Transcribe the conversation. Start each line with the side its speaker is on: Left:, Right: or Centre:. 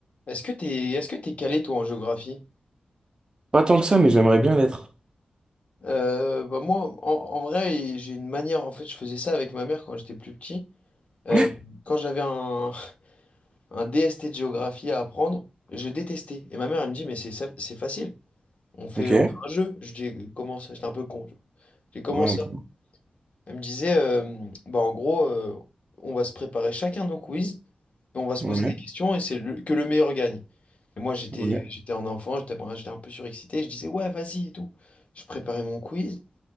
Left: Est-ce que t'es, est-ce que t'es calé toi en géographie?
Right: Pas tant que ça, mais j'aimerais bien l'être.
Left: Euh, bah moi, en, en vrai, j'ai une manière. En fait, je faisais ça avec ma mère quand j'étais plus petit. Euh,
Right: <gasps>
Left: quand j'avais un, <laughs> un DST de géographie à apprendre, je détestais. Et ma mère, elle me dit, mais c'est ça- c'est facile. On fait,
Right: Ok. Ouais,
Left: on fait un jeu. Je dis, comment ça? J'étais un peu con. tu vois. J'ai commencé
Right: un peu.
Left: Elle me disait, euh, bah en gros, euh, on va se préparer chacun nos quiz et on va se
Right: Ouais,
Left: poser des questions et c'est le- que le meilleur gagne. Et moi, j'étais,
Right: ouais,
Left: j'étais un enfant, j'étais enfin, j'étais un peu surexcité, je disais, ouais, vas-y et tout. Je préparais mon quiz.